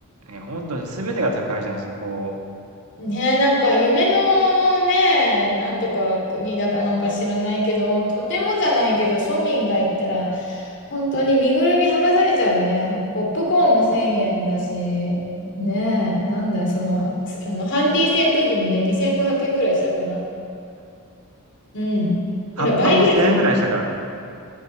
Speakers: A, on the right; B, on the left.
A: え、本当に全てが高いじゃん、そこ。
B: ねえ、なんか夢のね、なんとか国だかなんか知らないけど、とてもじゃないけど、庶民が行ったら、本当に身ぐるみ剥がされちゃうよね。あそこポップコーンも1000円だし、ねえ、なんだ、その、あの、ハンディ扇風機もね、2500円ぐらいしたかな。うん。
A: カッパも1000円ぐらいしたからね。
B: ほら、倍ぐらいするね